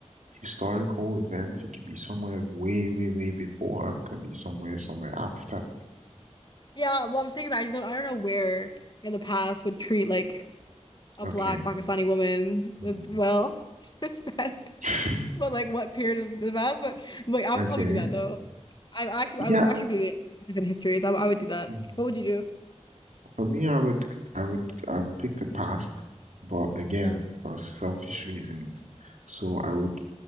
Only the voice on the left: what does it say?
yeah, what I'm saying is I just don't, I don't know where in the past would treat like a
black Pakistani woman
with well <laughs> respect,
but like what period of the past? But like I
would probably do that though. I actually
I'm actually really interested in history, so I, I would do that.
What would you do?
Yeah.